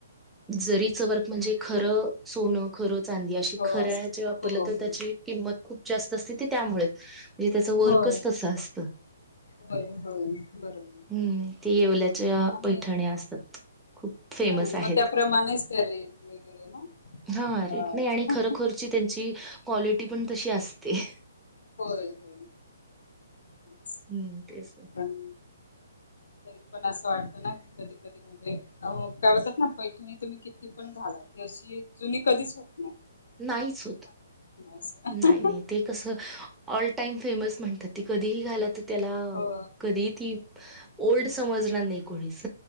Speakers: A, in the centre; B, on the left (about 75°).
A: जरीच वर्क म्हणजे खरं सोन खर - चांदी अशी
B: हो
A: खऱ्या
B: हो
A: हेची वापरली तर
B: हो
A: त्याची किंमत खूप जास्त असते ते त्यामुळे म्हणजे त्याच वर्कच
B: होय
A: तस असत
B: होय होय बरोबर
A: हम् ते येवल्यात त्या
B: आणि
A: पैठणी असतात खूप फेमस
B: हम्म
A: आहेत!
B: मग त्याप्रमाणेच त्या रेट वगैरे ना
A: हा
B: अ
A: रेट नाही आणि खरोखरची त्यांची क्वालिटी पण तशी असते.
B: होय होय तेच.
A: हम्म तेच ते
B: पण तरी पण असं वाटतं ना की कधी कधी म्हणजे अ काल अस - ना पैठणी तुम्ही किती पण घाला ती अशी जुनी कधीच होत नई
A: नाहीच होत
B: असं
A: नाही नाही ते कस <unintelligible> टाईमफेमस म्हणतात ती कधीही घाला त त्याला
B: हो
A: कधीही ती ओल्ड स् समजणार नाही कोणीच